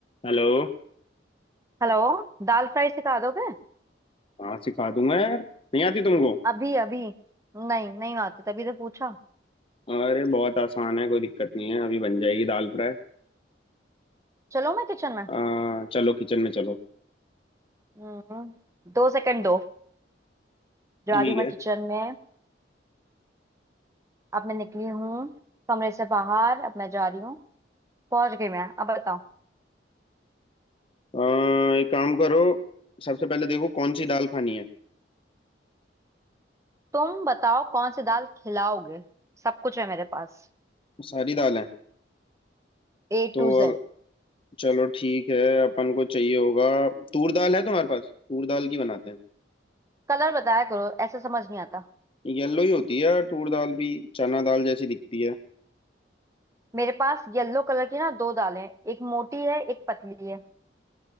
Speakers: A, on the left; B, on the right.
A: Hello
B: हेलो दाल फ्राई सिखा दोगे
A: हाँ सिखा दूंगा यार नहीं आती तुमको
B: अभी अभी नहीं नहीं आती तभी तो पूछा
A: अरे बहुत आसान है कोई दिक्कत नहीं है अभी बन जाएगी दाल फ्राई
B: चलो मैं किचन में
A: अ, चलो किचन में चलो
B: हम्म, दो सेकंड दो जा
A: ठीक
B: रही हूँ मैं
A: है
B: किचन में अब मैं निकली हूँ कमरे से बाहर अब मैं जा रही हूँ पहुंच गई मैं अब बताओ
A: अ, एक काम करो सबसे पहले देखो कौन सी दाल खानी है
B: तुम बताओ कौन सी दाल खिलाओगे सब कुछ है मेरे पास
A: सारी दाल है
B: ए
A: तो
B: टू जेड
A: अ, चलो ठीक है अपन को चाहिए होगा तूर दाल है तुम्हारे पास तूर दाल की बनाते हैं
B: कलर बताया करो ऐसे समझ नहीं आता
A: येलो ही होती है यार तूर दाल भी चना दाल जैसी दिखती है
B: मेरे पास येलो कलर की ना दो दालें हैं, एक मोटी है एक पतली है